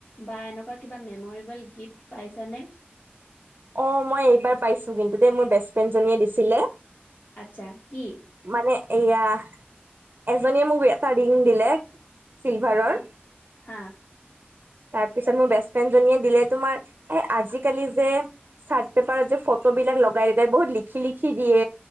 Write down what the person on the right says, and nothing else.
অ মই এইবাৰ পাইছো কিন্তু দে মোৰ বেষ্ট ফ্ৰেণ্ড জনীয়ে দিছিলে।
মানে এয়া এজনীয়ে মোক এটা ৰিং দিলে। চিলভাৰৰ
তাৰ পিছত মোৰ বেষ্টফ্ৰেণ্ড জনীয়ে দিলে তোমাৰ আজি কালি যে চাৰট পেপাৰ যে ফ বিলাক লগাই লগাই বহুত লিখি লিখি দিয়ে